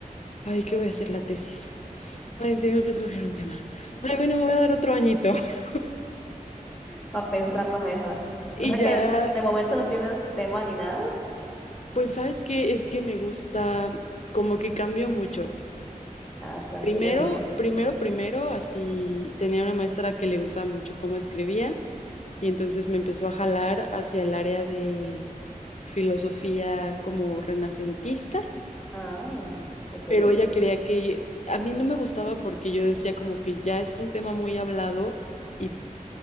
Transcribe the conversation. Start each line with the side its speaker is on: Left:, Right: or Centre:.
Left: Ay, ¿qué voy a hacer la tesis? Ay, tengo que escoger un tema. Ay, bueno, me voy a dar otro añito. <laughs>
Centre: Para <laughs> pensarlo mejor.
Left: Y
Centre: O sea que
Left: ya
Centre: de momento no tienes tema ni nada.
Left: Pues sabes que es que me gusta, como que cambio mucho.
Centre: Ah, también
Left: Primero,
Centre: es difícil.
Left: primero, primero, así tenía una maestra que le gustaba mucho cómo escribía y entonces me empezó a jalar hacia el área de filosofía como renacentista,
Centre: Ah, ok,
Left: pero ella quería que, a mí no me gustaba porque yo decía como que ya es un tema muy hablado y,